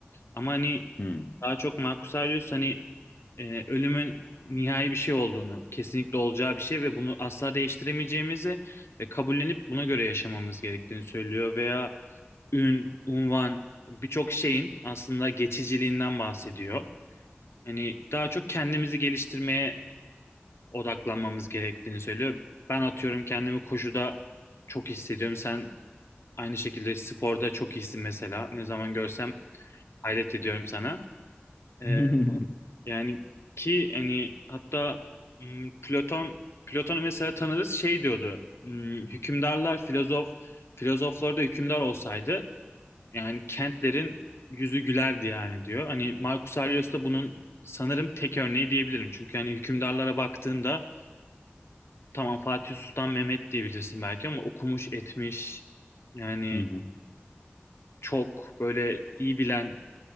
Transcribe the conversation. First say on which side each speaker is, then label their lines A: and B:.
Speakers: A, on the left; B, on the left.
A: Ama hani
B: Hı hı.
A: daha çok Marcus Aurelius hani e, ölümün nihai bir şey olduğunu, kesinlikle olacağı bir şey ve bunu asla değiştiremeyeceğimizi ve kabullenip buna göre yaşamamız gerektiğini söylüyor veya ün, unvan birçok şeyin aslında geçiciliğinden bahsediyor. Hani daha çok kendimizi geliştirmeye odaklanmamız gerektiğini söylüyor. Ben atıyorum kendimi koşuda çok hissediyorum. Sen aynı şekilde sporda çok iyisin mesela. Ne zaman görsem hayret ediyorum sana. Ee,
B: <laughs>
A: yani ki hani hatta m, Platon Platon'u mesela tanırız şey diyordu. m, hükümdarlar filozof filozoflar da hükümdar olsaydı yani kentlerin yüzü gülerdi yani diyor. Hani Marcus Aurelius da bunun sanırım tek örneği diyebilirim. Çünkü hani hükümdarlara baktığında Tamam Fatih Sultan Mehmet diyebilirsin belki ama okumuş etmiş yani
B: Hı hı.
A: çok böyle iyi bilen